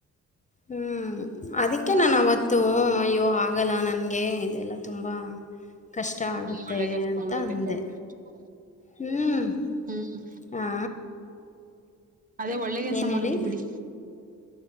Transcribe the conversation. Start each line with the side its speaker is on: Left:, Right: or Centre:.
Left: ಹ್ಮ್ ಅದಕ್ಕೆ ನಾ ಅವತ್ತು ಅಯ್ಯೋ ಆಗಲ್ಲ ನನ್ಗೆ ಇದೆಲ್ಲ ತುಂಬಾ ಕಷ್ಟ ಆಗುತ್ತೆ
Right: ಒಳ್ಳೆ ಕಷ್ಟ
Left: ಅಂತ
Right: <unintelligible>
Left: ಅಂದೆ ಹ್ಮ್
Right: ಹ್ಮ
Left: ಹಾ
Right: ಅದೇ ಒಳ್ಳೆ ಕೆಲಸ
Left: ಏನು
Right: ಮಾಡುದ್ರಿ
Left: ಹೇಳಿ
Right: ಬಿಡಿ